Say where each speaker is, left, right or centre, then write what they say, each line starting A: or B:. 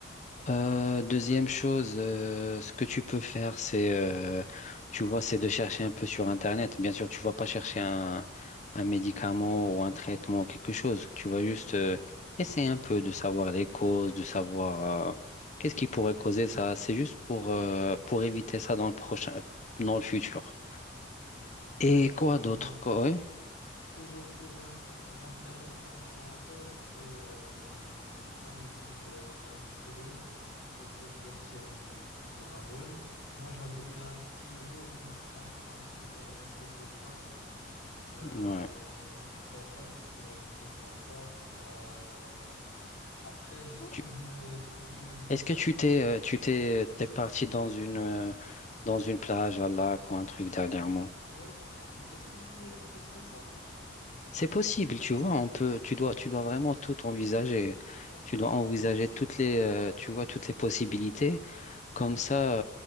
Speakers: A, on the left; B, on the left.
A: euh, deuxième chose, euh, ce que tu peux faire, c'est, euh, tu vois, c'est de chercher un peu sur Internet. Bien sûr, tu vas pas chercher un, un médicament ou un traitement, quelque chose. Tu vas juste euh, essayer un peu de savoir les causes, de savoir euh, qu'est-ce qui pourrait causer ça. C'est juste pour, euh, pour éviter ça dans le prochain, dans le futur. Et
B: Parce
A: quoi
B: que...
A: d'autre? quoi, ouais.
B: Ce que j'ai trouvé un peu sur Internet par rapport aux causes, c'est euh, certains ils disent euh, un petit rhume, peu- peu- peu- petit rhume, euh, plutôt un rhume. Moi j'avais eu un petit rhume, mais franchement, est-ce que ça, est-ce que c'est ça? Euh,
A: Ouais.
B: donc je crois pas que c'est que ce soit ça. Euh, après, ce que
A: Tu-
B: je me, ce que je me disais,
A: Est-ce que tu t'es, euh, tu t'es, t'es parti dans une, euh, dans une plage à lac ou un truc dernièrement?
B: oui, mais est-ce que c'est, ce serait ça? Attends,
A: C'est
B: Marie.
A: possible, tu vois, on peut, tu dois, tu dois vraiment tout envisager.
B: Ouais,
A: Tu dois envisager
B: ouais.
A: toutes les, euh, tu vois, toutes les possibilités. Comme ça,